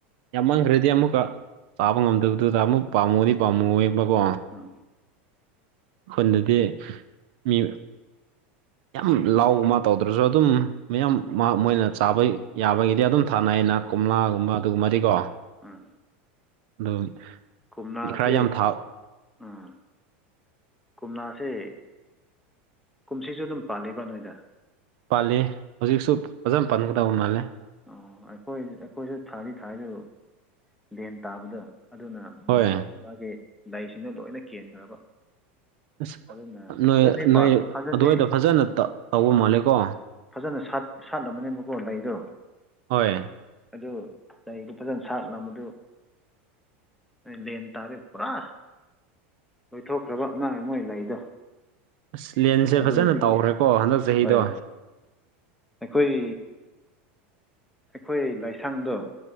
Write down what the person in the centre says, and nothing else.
ꯎꯝ
<inaudible>
ꯎꯝ
ꯀꯨꯝꯂꯥꯁꯤ
ꯎꯝ ꯀꯣꯝꯂꯥꯁꯦ ꯀꯨꯝꯁꯤꯁꯨ ꯑꯗꯨꯝ ꯄꯥꯜꯂꯤꯕ ꯅꯣꯏꯗ
ꯑꯣ ꯑꯩꯈꯣꯏ ꯑꯩꯈꯣꯏꯁꯨ ꯊꯥꯗꯤ ꯊꯥꯔꯤ ꯑꯗꯨ ꯂꯦꯟ ꯇꯥꯕꯗꯣ ꯑꯗꯨꯅ ꯎꯝ
ꯃꯥꯒꯤ ꯂꯩꯁꯤꯡꯗꯨ ꯂꯣꯏꯅ ꯀꯦꯟꯈ꯭ꯔꯕ
ꯑꯗꯨꯅ
ꯐꯖꯅꯗꯤ
ꯐꯖꯅꯗꯤ
ꯐꯖꯅ ꯁꯥꯠꯂꯝꯕꯅꯦꯕꯀꯣ ꯂꯩꯗꯣ
ꯑꯗꯨ ꯂꯩꯗꯨ ꯐꯖꯅ ꯁꯥꯠꯂꯝꯕꯗꯨ ꯂꯦꯟ ꯇꯥꯔꯦ ꯄꯨꯔꯥ ꯂꯣꯏꯊꯣꯛꯈ꯭ꯔꯕ ꯅꯥꯏ ꯃꯣꯏ ꯂꯩꯗꯣ
ꯑꯗꯨ
ꯑꯗꯨꯒꯤ
ꯍꯣꯏ ꯑꯩꯈꯣꯏ ꯑꯩꯈꯣꯏ ꯂꯥꯏꯁꯥꯡꯗꯣ